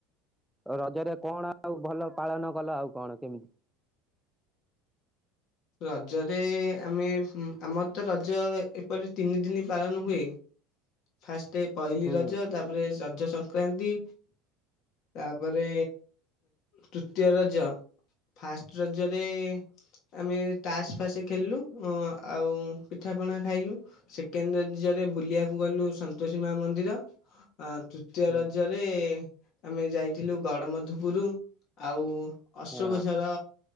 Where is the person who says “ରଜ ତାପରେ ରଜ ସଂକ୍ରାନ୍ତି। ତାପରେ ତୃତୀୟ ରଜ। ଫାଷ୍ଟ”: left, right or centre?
Left